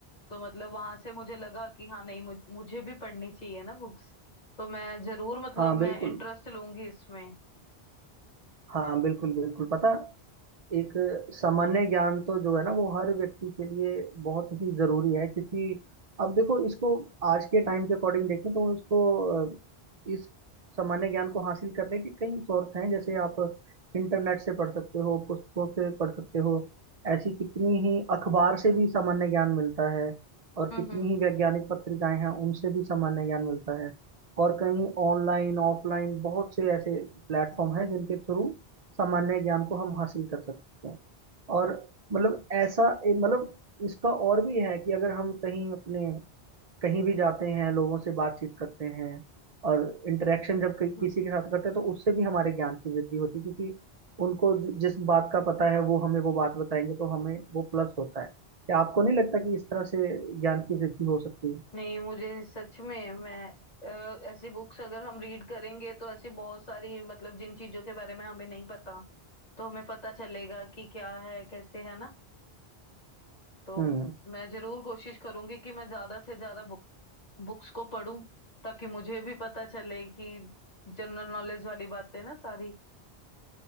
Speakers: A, on the left; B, on the right.
A: तो मतलब वहां से मुझे लगा कि हाँ नहीं मुझ, मुझे भी पढ़नी चाहिए ना बुक्स तो मैं जरूर मतलब
B: हाँ
A: मैं
B: बिल्कुल
A: इंटरेस्ट लूंगी इसमें
B: हाँ बिल्कुल बिल्कुल पता एक सामान्य ज्ञान तो जो है ना वो हर व्यक्ति के लिए बहुत ही जरूरी है क्योंकि अब देखो इसको आज के टाइम के अकॉर्डिंग देखें तो इसको अ, इस सामान्य ज्ञान को हासिल करने के कई सोर्स हैं जैसे आप इंटरनेट से पढ़ सकते हो पुस्तकों से पढ़ सकते हो ऐसी कितनी ही अखबार से भी सामान्य ज्ञान मिलता है और
A: हम्म
B: कितनी
A: हम्म
B: ही वैज्ञानिक पत्रिकाएं हैं उनसे भी सामान्य ज्ञान मिलता है और कहीं ऑनलाइन ऑफलाइन बहुत से ऐसे प्लेटफॉर्म हैं जिनके थ्रू सामान्य ज्ञान को हम हासिल कर सकते हैं और मतलब ऐसा एक मतलब इसका और भी है कि अगर हम कहीं अपने कहीं भी जाते हैं लोगों से बातचीत करते हैं और इंटरेक्शन जब कहीं
A: हम्म।
B: किसी के साथ करते हैं तो उससे भी हमारे ज्ञान की वृद्धि होती है क्योंकि उनको जि- जिस बात का पता है वो हमें वो बात बताएंगे तो हमें वो प्लस होता है क्या आपको नहीं लगता कि इस तरह से ज्ञान की वृद्धि हो सकती है
A: नहीं मुझे सच में मैं अ, ऐसी बुक्स अगर हम रीड करेंगे तो ऐसी बहुत सारी मतलब जिन चीजों के बारे में हमें नहीं पता तो हमें पता चलेगा कि क्या है कैसे है ना तो
B: हम्म
A: मैं जरूर कोशिश करूंगी कि मैं ज्यादा से ज्यादा बुक, बुक्स को पढूं ताकि मुझे भी पता चले कि जनरल नॉलेज वाली बातें ना सारी